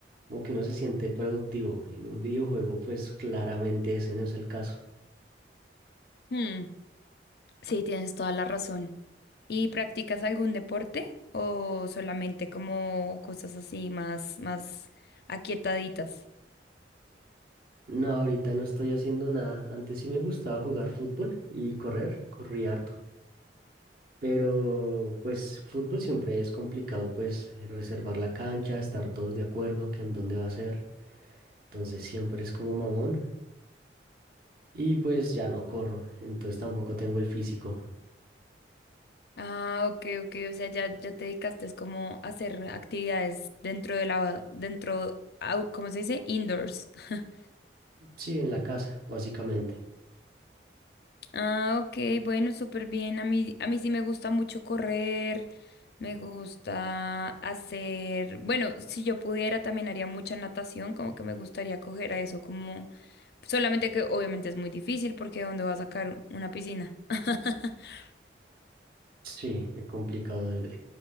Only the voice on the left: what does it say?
Hmm, sí, tienes toda la razón. ¿Y practicas algún deporte o solamente como cosas así más, más aquietaditas?
Ah, ok, ok, o sea, ya, ya te dedicaste es como a hacer actividades dentro de la, dentro, au- ¿cómo se dice? Indoors. <laughs>
Ah, ok, bueno, súper bien. A mí, a mí sí me gusta mucho correr, me gusta hacer, bueno, si yo pudiera también haría mucha natación, como que me gustaría coger a eso, como, solamente que obviamente es muy difícil porque ¿dónde va a sacar una piscina? <laughs>